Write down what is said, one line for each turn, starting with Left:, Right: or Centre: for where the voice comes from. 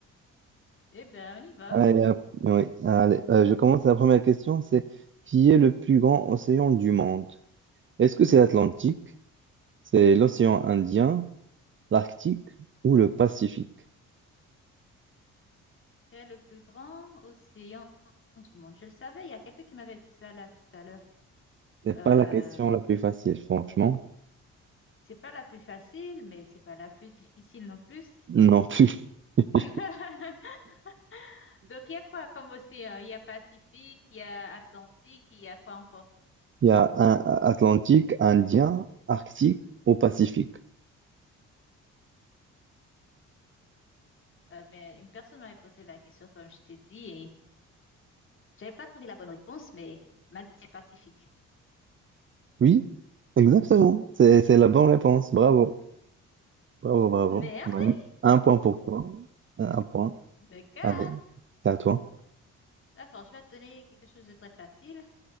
Left: Eh ben, on y va.
Right: Allez, hop, oui, allez, euh, je commence la première question, c'est qui est le plus grand océan du monde? Est-ce que c'est l'Atlantique, c'est l'océan Indien, l'Arctique ou le Pacifique?
Left: Quel est le plus grand océan du monde? Je le savais, il y a quelqu'un qui m'avait dit ça là tout à l'heure.
Right: C'est
Left: Euh,
Right: pas la question la plus facile, franchement.
Left: c'est pas la plus facile, mais c'est pas la plus difficile non plus.
Right: Non plus. <laughs>
Left: <laughs> Donc, il y a quoi comme océan? Il y a Pacifique, il y a Atlantique, il y a quoi encore?
Right: Il y a un Atlantique, Indien, Arctique ou Pacifique.
Left: Euh, ben, une personne m'avait posé la question, comme je t'ai dit, et j'avais pas trouvé la bonne réponse, mais m'a dit Pacifique.
Right: Oui, exactement. C'est, c'est la bonne réponse. Bravo, bravo, bravo.
Left: Merde!
Right: Manu, Un point pour toi. Un point.
Left: D'accord.
Right: Allez, c'est à toi.
Left: D'accord, je vais te donner quelque chose de très facile.